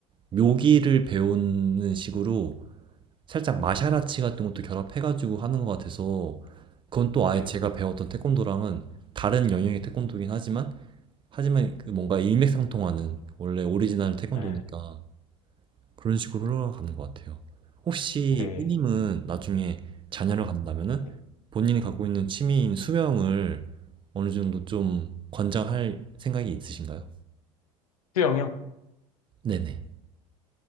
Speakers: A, on the right (about 30°); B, on the left (about 85°).
A: 묘기를 배우는 식으로 살짝 마샤라치
B: 음,
A: 같은 것도 결합해가지고 하는 것 같아서, 그건 또 아예
B: 네,
A: 제가 배웠던 태권도랑은 다른 영역의 태권도긴 하지만, 하지만 그 뭔가 일맥상통하는 원래 오리지널 태권도니까
B: 에,
A: 그런 식으로 흘러가는 것 같아요. 혹시
B: 네,
A: 삐님은 나중에 자녀를
B: 네,
A: 갖는다면은
B: 네.
A: 본인이 갖고 있는 취미인 수영을 어느 정도 좀 권장할 생각이 있으신가요?
B: 수영이요?
A: 네네.